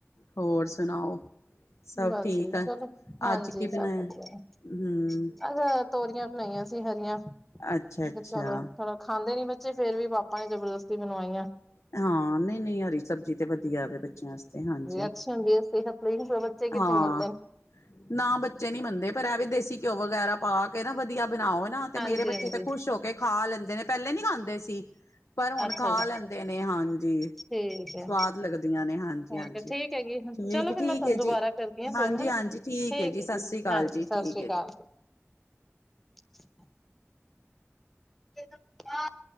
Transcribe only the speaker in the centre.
ਬਸ
ਜੀ,
ਚੱਲੋ ਹਾਂਜੀ
ਸਭ ਵਧੀਆ।
ਆ ਨਾ ਤੋਰੀਆਂ ਬਣਾਈਆਂ ਸੀ ਹਰੀਆਂ,
ਚਲੋ <unintelligible> ਖਾਂਦੇ ਨੀ ਬੱਚੇ ਫਿਰ ਵੀ ਪਾਪਾ ਨੇ ਜਬਰਦਸਤੀ ਬਨਵਾਈਆ।
ਅੱਛੀ ਹੁੰਦੀ ਹੈ ਸਿਹਤ ਲਈ ਬੱਚੇ ਕਿੱਥੇ
ਮੰਨਦੇ ਨੇ।
ਹਾਂਜੀ
ਹਾਂਜੀ
ਅੱਛਾ
ਜੀ
ਠੀਕ ਹੈ
ਹੋਰ ਠੀਕ ਹੈਗੀ
ਚਲੋ
ਫਿਰ ਮੈਂ ਤੁਹਾਨੂੰ
ਦੁਬਾਰਾ
ਕਰਦੀ ਹਾਂ
ਫੋਨ ਹਨਾ
ਹੈ
ਹਾਂਜੀ
ਸਤਿ
ਸ੍ਰੀ
ਅਕਾਲ
<inaudible> <inaudible>